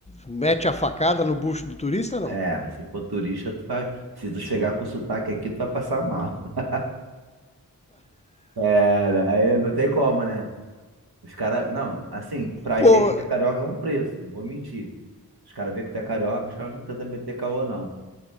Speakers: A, on the left; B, on the right.
A: mete a facada no bucho do turista, não?
B: É, se for turista, tu vai. Se tu chegar com sotaque aqui, tu vai passar mal. <laughs> É, daí não tem como, né? Os caras. Não, assim, pra
A: Pô,
B: gente que é carioca é um preço, não vou mentir. Os caras veem que tu é carioca, os caras não tentam meter caô, não.